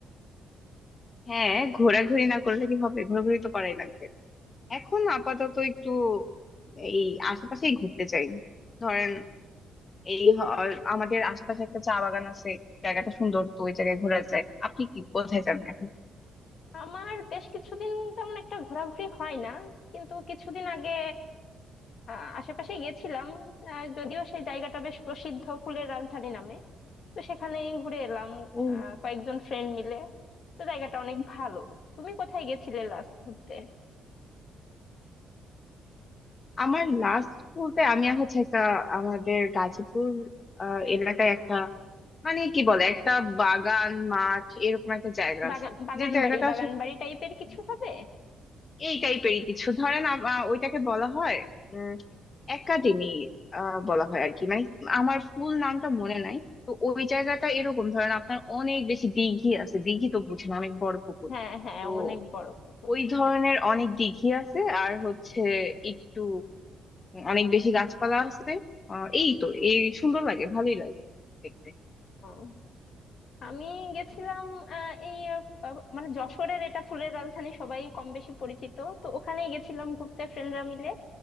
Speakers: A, on the left; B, on the left.
A: হ্যাঁ ঘোরাঘুরি না করলে কি হবে ঘোরাঘুরি তো করাই লাগবে এখন আপাতত একটু এই আশেপাশেই ঘুরতে চাই ধরেন এই হ- আমাদের আশেপাশে একটা চা বাগান আছে জায়গাটা সুন্দর তো ওই জায়গায় ঘোরা যায় আপনি কি কোথায় যাবেন এখন
B: আমার বেশ কিছুদিন তেমন একটা ঘোরাঘুরি হয় না কিন্তু কিছুদিন আগে আহ, আশেপাশে গেছিলাম আহ, যদিও সেই জায়গাটা বেশ প্রসিদ্ধ ফুলের রাজধানী নামে তো সেখানে ঘুরে এলাম
A: ও
B: আহ, কয়েকজন ফ্রেন্ড মিলে তো জায়গাটা অনেক ভালো তুমি কোথায় গেছিলে লাস্ট ঘুরতে
A: আমার লাস্ট বলতে আমি হচ্ছে একটা আমাদের গাজীপুর আহ, এলাকায় একটা মানে কি বলে একটা বাগান মাঠ এরকম একটা জায়গা
B: বাগান
A: আছে
B: বাগান
A: যে জায়গাটা
B: বাড়ি বাগান বাড়ি টাইপের কিছু হবে
A: এই টাইপেরই কিছু ধরেন আম- আ, ওইটাকে বলা হয় উম একাডেমি বলা হয় আর কি মানে আমার ফুল নামটা মনে নাই তো ওই জায়গাটা এরকম ধরেন আপনার অনেক বেশি দিঘি আছে দিঘি তো বুঝেন অনেক বড় পুকুর
B: হ্যাঁ হ্যাঁ
A: তো
B: অনেক বড় পুকুর
A: ওই
B: বুঝতে
A: ধরনের
B: পারছি।
A: অনেক দিঘি আছে আর হচ্ছে একটু অনেক বেশি গাছপালা আছে আহ, এই তো এই সুন্দর লাগে ভালোই লাগে দেখতে
B: ও, আমি গেছিলাম আহ, এই আহ, মানে যশোরের এটা ফুলের রাজধানী সবাই কম বেশি পরিচিত তো ওখানেই গেছিলাম ঘুরতে ফ্রেন্ডরা মিলে